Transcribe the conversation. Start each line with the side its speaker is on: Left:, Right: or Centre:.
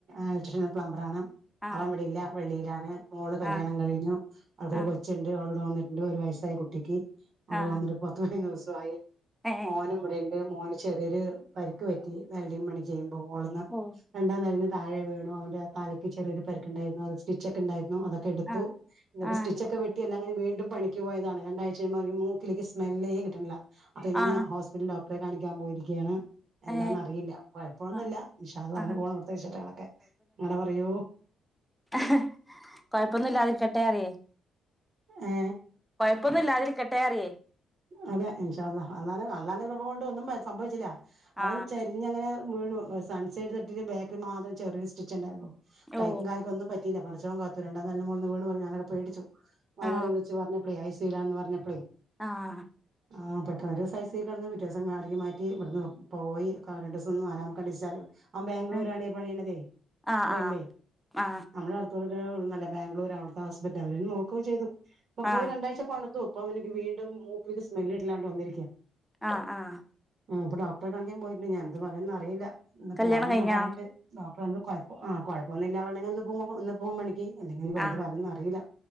Right: ഇലക്ട്രിഷ്യൻ പ്ലംബർ ആണ്
Centre: ആ
Right: അവന് ഇ വിടെയില്ല വെളിയിലാണ് മോള് കല്യാണം
Centre: ആ
Right: കഴിഞ്ഞു അവൾക്കൊരു
Centre: ആ
Right: കൊച്ചുണ്ട് അവള് വ ന്നിട്ടുണ്ട് ഒരു വയസ്സായി കുട്ടിക്ക് അവള്
Centre: ആ
Right: വന്ന്ട്ട് പത്തു പതിനൊന്നു ദിവസമായി
Centre: ഏ
Right: മോനും ഇവടെണ്ട് മോന് ചെറിയൊരു പരിക്ക് പറ്റിവെൽഡിങ് പണി ചെയ്യുമ്പോ മോളിന്ന്
Centre: ഓ
Right: രണ്ടാം നെലന്ന് താഴ വീണു അവന്റെ തലക്ക് ചെറിയൊ രു പരുക്ക് ഉണ്ടായിരുന്നു അത് സ്റ്റിച്ചൊ ക്കെ ഉണ്ടായിരുന്നു അതൊക്കെ എടുത്തു
Centre: ആ ആ
Right: സ്റ്റിച്ചൊക്കെ വെട്ടി എല്ലാം കഴിഞ് വീണ്ടും പണിക്ക് പോയതാണ് രണ്ടാഴ്ചെയ്യുമ്പോ അവനിക് മൂക്കിൽ ക്ക് സ്മെല്ലേ കിട്ട്ണില്ല അപ്പൊ ഇന്ന്
Centre: ആ
Right: ഹോസ്പിറ്റൽ ഡോ - ഡോക്ടറെ കാണിക്കാൻ പോയിരിക്കുകയാണ് എന്താന്ന്അറിയില്ല
Centre: ഏ
Right: കുഴപ്പമൊന്നും
Centre: ആ
Right: ഇല്ല ഇന്ഷാ അല്ലാഹ്
Centre: ആ
Right: അങ്ങനെ പോണ് ഇവിടത്തെ വിശേഷണങ്ങളിക്ക് ചേട്ടങ്ങളൊക്കെ അങ്ങനെ പറയൂ
Centre: ഹ് കൊഴപ്പൊന്നുംല്ലാതിരിക്കട്ടെ റിയ
Right: ഏ
Centre: ഴപ്പൊന്നുല്ലാതിരിക്കട്ടെ അറിയേ
Right: അതെ ഇൻഷാ അല്ലാഹ് അല്ലാന്റെ ക്ര പ കൊണ്ട് ഒന്നും സംഭവിച്ചില്ല
Centre: ആ
Right: അവൻ ചരിഞ്ഞങ്ങനെ വീണു സൺസൈഡ് തട്ടിട്ട് ബേക്കി മാത്രം ചെറിയ സ്റ്റിച്ചിംഗ് ഉണ്ടായിന്നു കൈക്കും
Centre: ഓ
Right: കാലിക്കും ഒന്നും പറ്റില്ല പടച്ചോൻ കാത്തു രണ്ടാം നെലടെ മോളിന്ന് വീണ് പറഞ്ഞ് ഞാനൊക്കെ പേടിച്ചു മൊതലാളി
Centre: ആ
Right: വിളിച് പറഞ്ഞപ്പൊ ശീലാന്ന് പറഞ്ഞപ്പളേ
Centre: ആഹ്
Right: ആ പെട്ടൊ ഒരു ദിവസം ഐസി കിടന്ന് പിറ്റേസം വാർവിക്ക് മാറ്റി ഇവിടുന്ന് പോയി കാലണ്ട് ന്നല്ല നമക്ക്റിയാം അവ ബാംഗ്ലൂരാണ്
Centre: ഏ,
Right: ഈ പണിയണതേ
Centre: ആ
Right: ഇവിടെയല്ലേ
Centre: ആ ആ
Right: നമ്മള അടുത്തോടെ ന്നല്ല ബാംഗ്ലൂർ അവിടുത്തെ ഹസ്ബൻന് അവരും നോക്കയും ചെയ്തു ഇപ്പൊ
Centre: ആ
Right: പോയി രണ്ടാഴ്ച പണുത്തു. അപ്പ അവനിക്ക് വീണ്ടും മൂക്കക്ക് സ്മെല്ല് ഇില്ലാണ്ട് ഇരിക്ക്
Centre: ആഹ് ആഹ്
Right: ആ ഇപ്പൊ ഡോക്ടറെ കാണിക്കാൻ പോയിട്ടു ഞാൻ എന്ത് പറയന്ന് അറിയില്ല ഇന്ന്
Centre: കല്യാണം
Right: പോണംന്ന്
Centre: കഴിഞ്ഞാ
Right: പറയണ്ട് അപ്പന്ന് കുഴപ്പ കൊഴപ്പൊന്നില്ല വള്ളെ ഒന്ന് പോ ഒന്ന് പോകും പണിക്ക് അല്ലെങ്കിൽനി എന്ത്
Centre: ആ
Right: പറയന്നും അറിയില്ല